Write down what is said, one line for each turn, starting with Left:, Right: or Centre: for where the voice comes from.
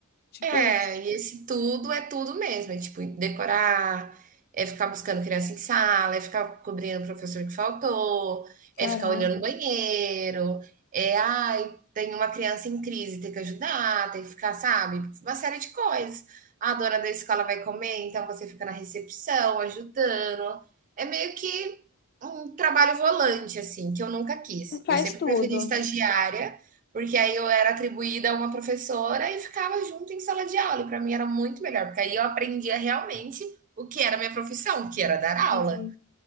Left: Tipo
Right: é,
Left: isso.
Right: e esse tudo é tudo mesmo, é tipo decorar, é ficar buscando criança em sala, é ficar cobrindo o professor que faltou,
Left: Caraca,
Right: é ficar olhando o banheiro, é ai, tem uma criança em crise, tem que ajudar, tem que ficar, sabe, uma série de coisas. A dona da escola vai comer, então você fica na recepção ajudando. É meio que um trabalho volante assim, que eu nunca quis.
Left: faz
Right: Eu sempre
Left: tudo.
Right: preferi estagiária porque aí eu era atribuída a uma professora e ficava junto em sala de aula. E para mim era muito melhor, porque aí eu aprendia realmente o que era a minha profissão, que era dar aula.
Left: Entendi.